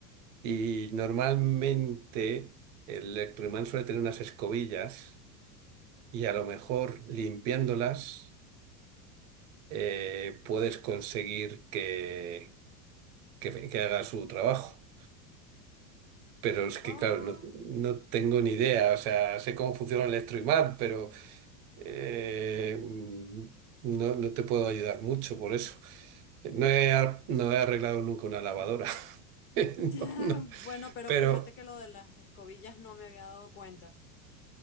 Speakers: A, on the right (about 55°); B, on the left (about 30°).
A: y normalmente el electroimán suele tener unas escobillas. y a lo mejor limpiándolas eh, puedes conseguir que, que, que haga su trabajo. Pero es que,
B: ah,
A: claro, no, no tengo ni idea. O sea, sé cómo funciona el electroimán, pero eh, no, no te puedo ayudar mucho por eso. No he, ar- no he arreglado nunca una lavadora. <laughs> No,
B: <laughs>
A: no.
B: Bueno, pero
A: Pero
B: fíjate que lo de las escobillas no me había dado cuenta.